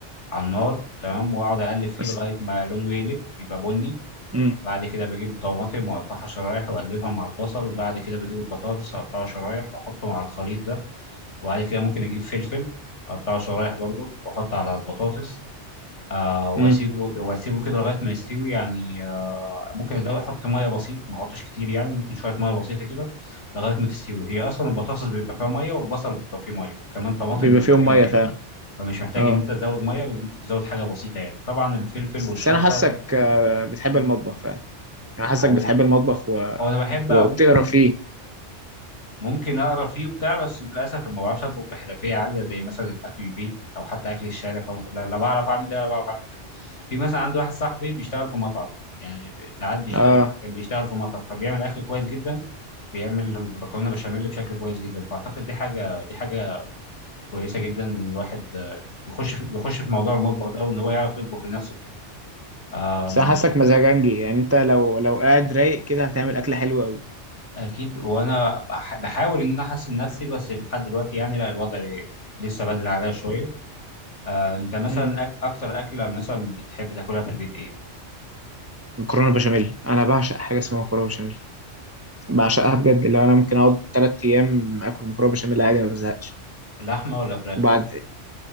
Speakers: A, on the left (about 70°); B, on the right (about 15°).
A: على النار تمام وأقعد أقلب فيه
B: بس
A: لغاية ما لونه يقلب يبقى بني
B: امم
A: بعد كده بجيب طماطم وأقطعها شرايح وأقلبها مع البصل بعد كده بجيب البطاطس أقطعها شرايح وأحطه مع الخليط ده وبعد كده ممكن أجيب فلفل أقطعه شرايح برضه وأحطه على البطاطس آه واسيبه
B: امم
A: واسيبه كده لغايه ما يستوي يعني آه ممكن ازود احط ميه بسيط ما احطش كتير يعني ممكن شويه ميه بسيطه كده لغايه ما تستوي هي اصلا البطاطس بيبقى فيها ميه والبصل بيبقى فيه ميه كمان طماطم
B: بيبقى
A: بيبقى
B: فيهم
A: فيه
B: مية
A: ميه
B: فعلا
A: فمش محتاج
B: اه
A: ان انت تزود ميه بس ممكن تزود حاجه بسيطه يعني طبعا الفلفل
B: بس
A: والشطه
B: انا حاسك
A: وال...
B: آه، بتحب
A: م.
B: المطبخ فعلا انا حاسك
A: اهو
B: بتحب المطبخ و...
A: او انا بحب
B: وبتقرا
A: ممكن
B: فيه
A: ممكن اقرا فيه وبتاع بس للاسف ما بعرفش اطبخ بحرفيه عاليه زي مثلا اكل البيت او حتى اكل الشارع فب... لا, لا بعرف اعمل ده ولا بعرف اعمل ده في مثلا عندي واحد صاحبي بيشتغل في مطعم يعني ساعات بيشتغل
B: اه
A: كان بيشتغل في مطعم فبيعمل اكل كويس جدا بيعمل المكرونه بشاميل بشكل كويس جدا فاعتقد دي حاجه دي حاجه كويسه جدا ان الواحد آه، يخش في يخش في موضوع المطبخ ده وان هو يعرف يطبخ لنفسه كده أم،
B: بس انا حاسك
A: لا،
B: مزاجنجي يعني انت لو لو قاعد رايق كده هتعمل اكل حلو قوي
A: اكيد وانا بح- بحاول ان انا احسن نفسي بس لحد دلوقتي يعني لا الوضع لسه بدري عليا شويه آه، انت مثلا
B: امم
A: أك اكتر اكله مثلا بتحب تاكلها في البيت ايه
B: مكرونة بشاميل انا بعشق حاجة اسمها مكرونة بشاميل بعشقها بجد اللي هو انا ممكن اقعد ثلاث ايام اكل مكرونه بشاميل عادي ما بزهقش
A: لحمه ولا فراخ
B: وبعد